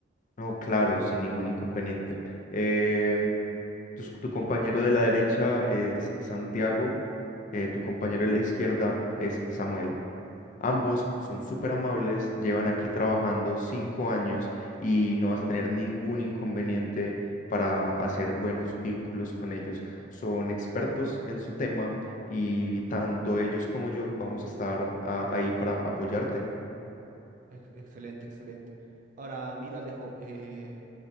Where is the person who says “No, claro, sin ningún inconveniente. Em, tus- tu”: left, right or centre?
Left